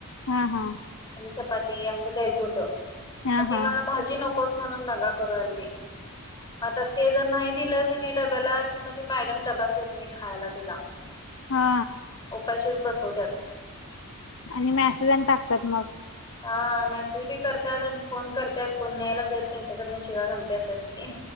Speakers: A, on the left (about 65°); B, on the left (about 20°).
A: हा हा.
B: आणि चपाती असं द्यायचं होतं.
A: हा
B: मग ती
A: हा.
B: मला भाजी नकोच म्हणून दगा करूल त मग आता ते जर नाहि दिलं डब्याला किंवा त मॅडम डबाच देत नाही खायला तिला.
A: हा
B: उपाशीच बसवत्यात.
A: आणि मॅसेज आणि टाकतात मग
B: हा मेसेज बी करत्यात आणि फोन करत्यात. कोण न्हायला जाईल त्यांच्याकडनं शिव्या घालत्या त्यास नी.